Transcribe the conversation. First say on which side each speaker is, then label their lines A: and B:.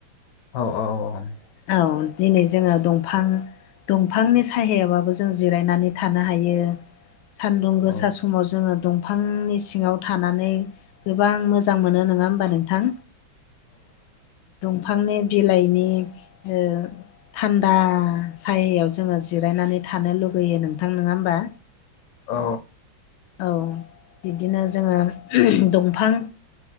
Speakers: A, on the left; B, on the left.
A: औ औ औ।
B: औ दिनै जोङो दंफां दंफांनि सायायाबाबो जों जिरायनानै थानो हायो। सान्दुं गोसा
A: औ
B: समाव जोङो दं दंफांनि सिङाव थानानै गोबां मोजां मोनो नङा होमबा नोंथां। दंफांनि बिलाइनि ओ थान्दा सायायाव जोङो जिरायनानै थानो लुगैयो नोंथां नङा होमबा।
A: औ।
B: औ बिदिनो जोङो दंफां